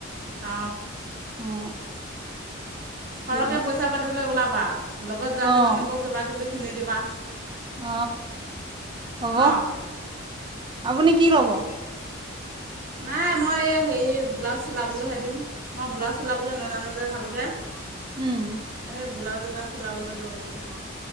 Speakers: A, on the right; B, on the right.
A: আ
B: অ।
A: সৰহকৈ
B: সেইটো
A: পইছা পাতি লৈ ওলাবা আৰু লগত যোৱাকেইজনীকো
B: অ'
A: কিবা কিবি কিনি দিবা।
B: অ হ'ব,
A: ন
B: আপুনি কি ল'ব?
A: কি ল'ব? নাই মই এই হেৰি ব্লাউজ চিলাবলৈ হে দিম। মই ব্লাউজ চিলাবলৈ নাজানো যে ভালকে। এই
B: উম
A: ব্লাউজ এটা চিলাবলৈ দিব লাগিব।